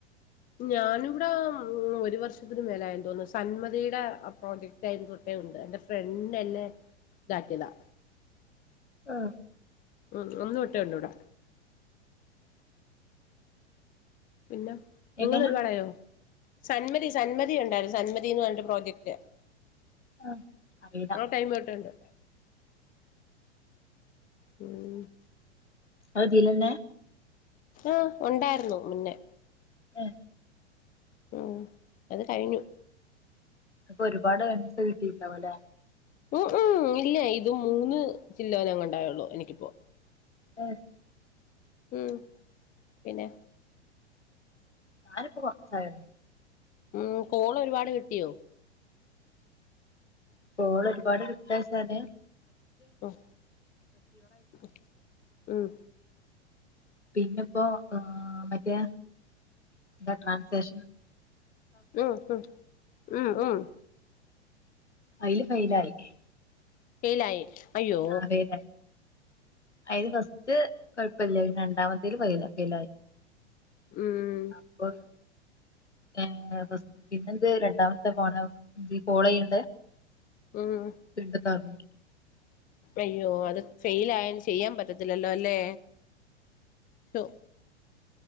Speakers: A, on the left; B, on the left.
A: ഞാനിവിടെ മ്മ് ഒരു വർഷത്തിന് മേലെയായെന്ന് തോന്നുന്നു സന്മതിയുടെ പ്രോജക്ട് ടൈം തൊട്ടേ ഒണ്ട് എന്റെ ഫ്രണ്ട് എന്നെ ഇതാക്കിയതാ
B: ആഹ്
A: മ്മ് അന്ന് തൊട്ടേ ഒണ്ടിവിടെ പിന്ന നിങ്ങളൊരുപാടയോ
B: എങ്ങനെ
A: സന്മതി സന്മതി ഉണ്ടായിരു സന്മതിന്ന് പറഞ്ഞിട്ട് പ്രോജക്റ്റ്
B: ഉം. അറിയില്ല
A: ആ ടൈം തൊട്ടേയുണ്ട് ഉം
B: അയ്തിലെന്നെ
A: ആഹ് ഒണ്ടായിരുന്നു മുന്നേ
B: ഏഹ്
A: മ്മ് അത് കഴിഞ്ഞു
B: അപ്പൊ ഒരുപാട് ഏർണിങ്സ് കിട്ടീണ്ടാവുലെ
A: മ്മ് മ്മ് ഇല്ല ഇതു മൂന്ന് ചില്ലോനങ്ങാണ്ടായുള്ളു എനിക്കിപ്പോ
B: ഏഹ്
A: ഉം പിന്നെ
B: ഞാനിപ്പോ കൊറച്ചായിള്ളു
A: ഉം കോളൊരുപാട് കിട്ടിയോ
B: കോളൊരുപാട് കിട്ടാചാല്
A: ഓഹ് മ്മ്
B: പിന്നെപ്പൊ ആ മറ്റേ എന്താ ട്രാൻസാഷൻ
A: മ്മ് ഹ് മ്മ് മ്മ്
B: അയില് ഫെയിലായി
A: ഫെയിലായി അയ്യോ
B: ആ ഫെയിലായി അയില് ഫസ്റ്റ് കുഴപ്പല്ലായിരുന്ന് രണ്ടാമത്തേല് ഫെയ്ല ഫെയ്ലായി
A: ഉം
B: അപ്പൊ ഏ പിന്നെന്ത് രണ്ടാമത്തെ പോണ കോളയ്യണ്ടേ
A: മ്മ്
B: ണ്ട് ന്താ <unintelligible>
A: അയ്യോ അത് ഫെയിലായ ഇനി ചെയ്യാൻ പറ്റത്തില്ലല്ലോ അല്ലേ ഷോ